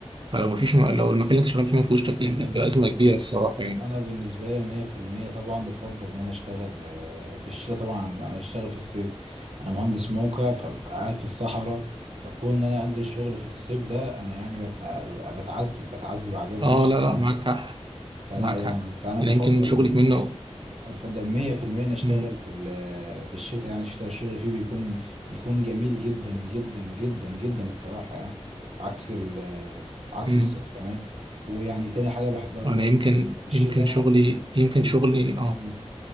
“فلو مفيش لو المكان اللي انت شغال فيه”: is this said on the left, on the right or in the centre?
Right